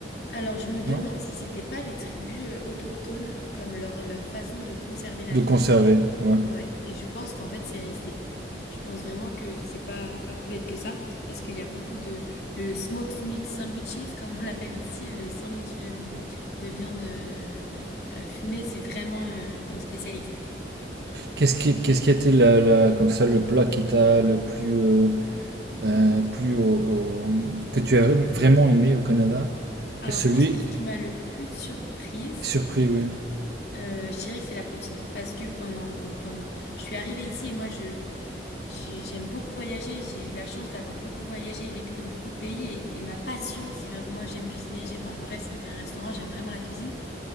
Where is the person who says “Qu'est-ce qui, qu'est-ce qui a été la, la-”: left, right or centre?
Right